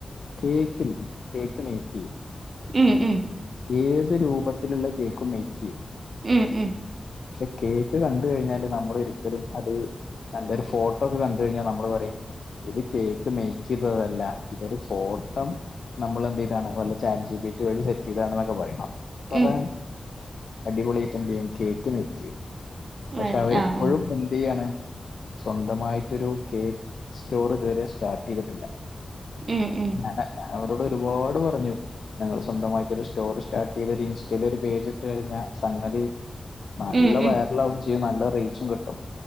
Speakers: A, on the left; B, on the right.
A: കേക്കില്ലേ കേക്ക് മേയ്ക്ക് ചെയ്യും.
B: ഉം ഉം
A: ഏത് രൂപത്തിലുള്ള കേക്കും മേയ്ക്കെയ്യും.
B: ഉം ഉം.
A: പക്ഷെ കേക്ക് കണ്ട് കഴിഞ്ഞാല് നമ്മൾ ഒരിക്കലും അത് നല്ല ഒരു ഫോട്ടോ ഒക്കെ കണ്ട് കഴിഞ്ഞാ നമ്മള് പറിം ഇത് കേക്ക് മെയ്ക്ക് ചെയ്തതല്ല ഇതൊരു ഫോട്ടം നമ്മൾ എന്ത് ചെയ്താണ് വല്ല ചാറ്റ് ജി പി ട്ടി വഴി സെറ്റ് ചെയ്താണ് ന്നൊക്കെ പറയും. പറയാൻ
B: ഉം
A: അടിപൊളിയായ്റ്റെന്തെയ്യും കേക്ക് മേയ്ക്കെയ്യും. പക്ഷെ
B: വരയ്
A: അവരിപ്പഴും
B: ആഹ് ആഹ്
A: എന്ത് ചെയ്യാണ് സ്വന്തമായിട്ടൊരു കേക്ക് സ്റ്റോർ ഇതുവരെ സ്റ്റാർട്ട് ചെയ്തിട്ടില്ല.
B: ഉം ഉം
A: ഞാന ഞാൻ അവരോട് ഒരുപാട് പറഞ്ഞു. നിങ്ങൾ സ്വന്തമായിട്ട് ഒര് സ്റ്റോർ സ്റ്റാർട്ട് ചെയ്ത് ഒരു ഇൻസ്റ്റയിൽ ഒരു പേജ് ഇട്ട് കഴിഞ്ഞാൽ സംഗതി നല്ല
B: ഉം
A: വയറലാവും
B: ഉം
A: ചെയ്യും നല്ല റീച്ചും കിട്ടും.